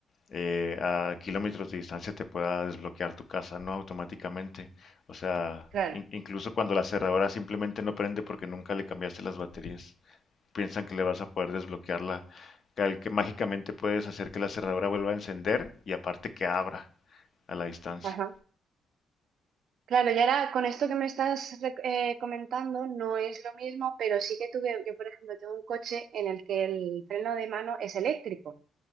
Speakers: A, on the left; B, on the right.
A: eh, a kilómetros de distancia te pueda desbloquear tu casa, no automáticamente. O sea,
B: claro.
A: in- incluso cuando la cerradura simplemente no prende porque nunca le cambiaste las baterías, piensan que le vas a poder desbloquearla, que, que mágicamente puedes hacer que la cerradura vuelva a encender y aparte que abra a la distancia.
B: Ajá. Claro, y ahora con esto que me estás rec- eh, comentando no es lo mismo, pero sí que tuve, yo por ejemplo tengo un coche en el que el freno de mano es eléctrico